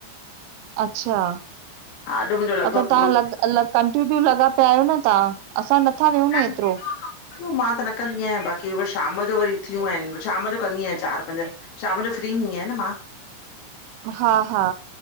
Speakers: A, on the right (about 85°); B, on the left (about 75°).
A: अच्छा
B: हा अॼु मुंहिंजो लॻभॻि
A: अगर
B: पूरो
A: तव्हां
B: थी
A: ल कंटीन्यू लॻा पया आयो न तव्हां? असां नथा वेहूं न
B: सुबुह
A: हेतरो।
B: मां त न कंदी बायां बाक़ी व शाम जो वरी थियूं हिन शाम जो कंदी आहियां चार पंज। शाम जो फ्री हूंदी आयां न मां
A: हा-हा